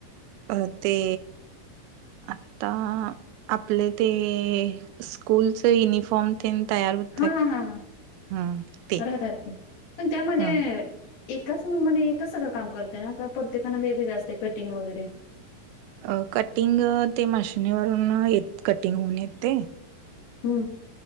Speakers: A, on the right (about 85°); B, on the left (about 75°).
A: अ ते आता आपले ते स्कूलच युनिफॉर्म तेन तयार होतात
B: हा हा
A: हम्म ते
B: राहतात. की पण त्यामध्ये
A: हम्म
B: एकाच नेमाने एकाच सगळं काम करते ना का प्रत्येकाना वेगवेगळं असते कटिंग वगैरे.
A: अ कटिंग ते मशीिनीवरून येत कटिंग होऊन येत ते.
B: हम्म.